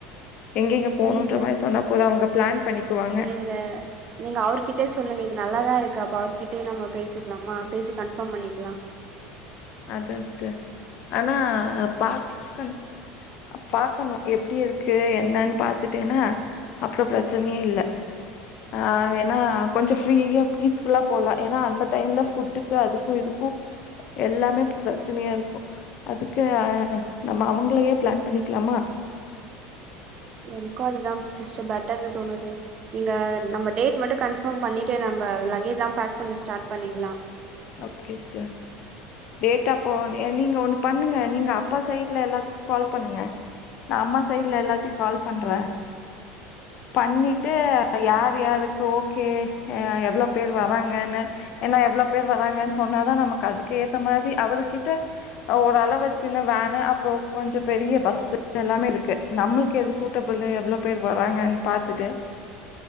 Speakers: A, on the left; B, on the right.
A: எங்க எங்க போனுன்ற
B: நீங்க
A: மாதிரி சொன்னா போதும், அவங்க பிளான் பண்ணிக்குவாங்க.
B: இல்ல நீங்க அவர்கிட்டயே சொல்லுங்க இது நல்லாதா இருக்கு அப்ப அவர்கிட்டயே நம்ம பேசிக்கலாமா பேசி கன்ஃபார்ம் பண்ணிக்கலா
A: அதா சிஸ்டர் ஆனா பாக்கனு பாக்கணு எப்படி இருக்கு என்னனு பாத்துட்டேனா அப்றோ பிரச்சனயே இல்ல ஆ ஏன்னா கொஞ்சம் ஃப்ரீயாக பீஸ்ஃபுல்லா போலாம். ஏன்னா அந்த டைமில ஃபுட்டுக்கு அதுக்கும் இதுக்கும். <inaudible> எல்லாமே பிரச்சனையா இருக்கும். அதுக்கு நம்ம அவங்களையே பிளான் பண்ணிக்கலாமா.
B: எனக்கு அதுதா சிஸ்டர் பெட்டர்னு தோணுது நீங்க நம்ம டேட் மட்டு கன்ஃ பாம் பண்ணிட்டு நம்ம லகேஜ்லாம் பேக் பண்ண ஸார்ட் பண்ணிடலாம்
A: ஓகே சிஸ்டர் டேட்ட அப்போ நீங்க ஒண்ணு பண்ணுங்க நீங்க அப்பா சைட்ல எல்லாத்துக்கும் கால் பண்ணுங்க நா அம்மா சைடுல எல்லாத்தையும் கால் பண்றேன். பண்ணிட்டு யார் யாருக்கு ஓகே எவ்ளோ பேர் வராங்கன்னு ஏன்னா எவ்ளோ பேர் வராங்கன்னு சொன்னாதா நமக்கு அதுக்கு ஏத்த மாரி அவரு கிட்ட ஓரளவு சின்ன வேனு, அப்புறோ கொஞ்சம் பெரிய பஸ்ஸு எல்லாமே இருக்கு. நம்மளுக்கு எது சூட்டபிள் எவ்வளோ பேர் வராங்கன்னு பாத்துட்டு